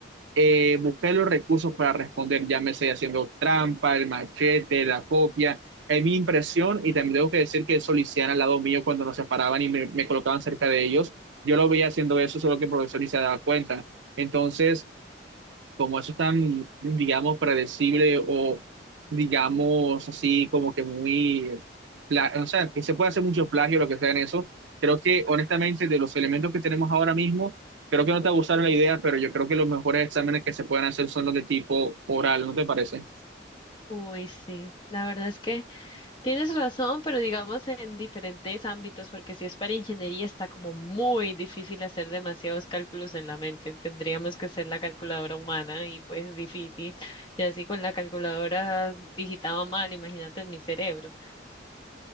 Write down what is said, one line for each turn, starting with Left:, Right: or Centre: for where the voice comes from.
Right: eh, buscar los recursos para responder, llámese haciendo trampa, el machete, la copia. Es mi impresión y también tengo que decir que Soliciana al lado mío cuando nos separaban y me, me colocaban cerca de ellos, yo lo veía haciendo eso, solo que el profesor ni se daba cuenta. Entonces, como eso es tan, digamos, predecible o, digamos, así como que muy, pla- o sea, que se puede hacer mucho plagio, lo que sea en eso, creo que honestamente de los elementos que tenemos ahora mismo, creo que no te gustaron la idea, pero yo creo que los mejores exámenes que se pueden hacer son los de tipo oral, ¿no te parece?
Left: uy, sí, la verdad es que... Tienes razón, pero digamos en diferentes ámbitos, porque si es para ingeniería está como muy difícil hacer demasiados cálculos en la mente. Tendríamos que hacer la calculadora humana y pues es difícil. Y así con la calculadora digitaba mal, imagínate en mi cerebro.